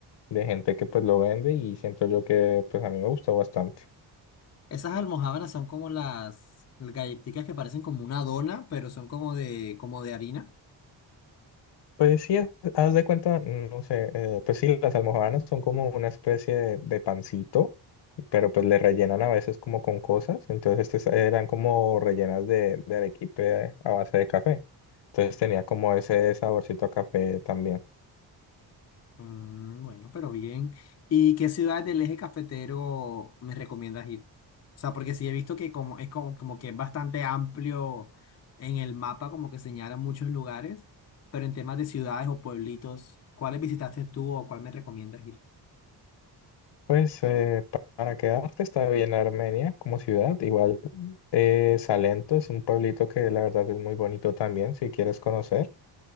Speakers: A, on the left (about 70°); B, on the left (about 35°).
A: de gente que pues lo vende y siento yo que pues a mí me gustó bastante.
B: Esas almojábanas son como las galletitas que parecen como una dona, pero son como de, como de harina.
A: Pues sí, haz haz de cuenta, no sé, eh, pues sí, las almojábanas son como una especie de, de pancito, pero pues le rellenan a veces como con cosas, entonces estas eran como rellenas de, de arequipe a base de café, entonces tenía como ese saborcito a café también.
B: Mm, bueno, pero bien. ¿Y qué ciudad del eje cafetero me recomiendas ir? O sea, porque sí he visto que como es como, como que es bastante amplio en el mapa, como que señala muchos lugares, pero en temas de ciudades o pueblitos, ¿cuáles visitaste tú o cuál me recomiendas ir?
A: Pues eh, pa- para quedarte está bien Armenia como ciudad, igual eh, Salento es un pueblito que la verdad es muy bonito también, si quieres conocer.